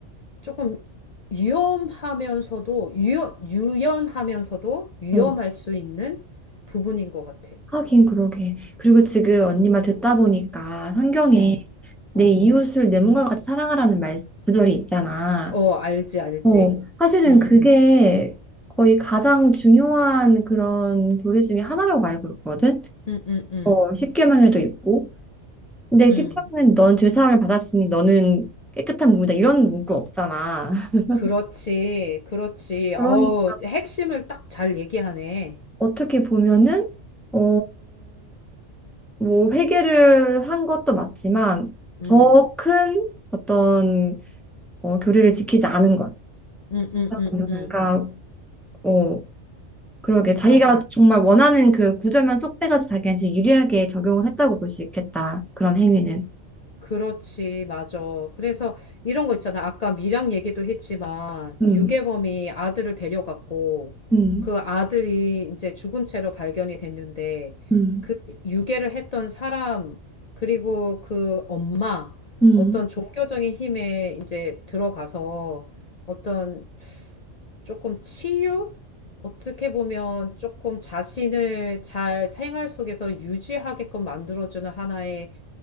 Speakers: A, on the left; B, in the centre.
A: 조금 위험하면서도 유연, 유연하면서도 위험할
B: 어,
A: 수 있는 부분인 것 같아.
B: 하긴 그러게. 그리고 지금 언니 말 듣다 보니까 성경에
A: 어,
B: 내
A: 어,
B: 이웃을 내 몸과 같이 사랑하라는 말 구절이 있잖아.
A: 어, 알지, 알지.
B: 어, 사실은
A: 음,
B: 그게 거의 가장 중요한 그런 교리 중에 하나라고 알고 있거든.
A: 음, 음, 음,
B: 어, 십계명에도 있고. 근데
A: 음.
B: 십계명은 넌 죄사함을 받았으니 너는 깨끗한 몸이다. 이런 문구 없잖아. <laughs>
A: 그렇지, 그렇지.
B: 그러니
A: 어, 핵심을 딱 잘 얘기하네.
B: 어떻게 보면은 어, 뭐 회개를 한 것도 맞지만
A: 음,
B: 더 큰 어떤 어, 교리를 지키지 않은 것.
A: 음, 음, 음,
B: 그러니까
A: 음.
B: 어, 그러게 자기가
A: 맞아.
B: 정말 원하는 그 구절만 쏙 빼가지고 자기한테 유리하게 적용을 했다고 볼 수 있겠다. 그런 행위는.
A: 그렇지, 맞아. 그래서 이런 거 있잖아. 아까 밀양 얘기도 했지만,
B: 음,
A: 유괴범이 아들을 데려갔고,
B: 음,
A: 그 아들이 이제 죽은 채로 발견이 됐는데,
B: 음,
A: 그 유괴를 했던 사람, 그리고 그 엄마,
B: 음,
A: 어떤 종교적인 힘에 이제 들어가서 어떤 조금 치유? 어떻게 보면 조금 자신을 잘 생활 속에서 유지하게끔 만들어주는 하나의